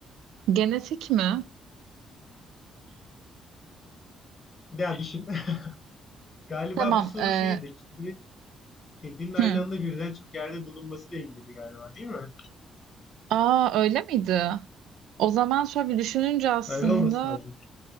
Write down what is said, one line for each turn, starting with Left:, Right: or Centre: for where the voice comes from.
Right: Genetik mi?
Left: Bir daha düşün. <laughs> Galiba
Right: Tamam.
Left: bu soru
Right: E,
Left: şeydi. Kedi, kedinin aynı
Right: hı.
Left: anda birden çok yerde bulunmasıyla ilgiliydi galiba değil mi?
Right: Aa öyle miydi? O zaman şöyle bir düşününce aslında
Left: Öyle olması lazım.